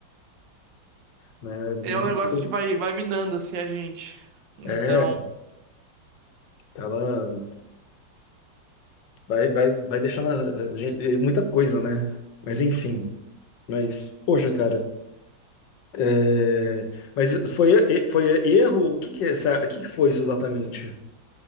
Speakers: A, on the left; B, on the right.
A: Né? Muito-
B: É um negócio que vai, vai minando, assim, a gente. Então,
A: É, ela vai, vai, vai deixando a gente- muita coisa, né? Mas enfim. Mas, poxa, cara. é, Mas foi, e- foi erro? O que que é essa... o que que foi isso exatamente?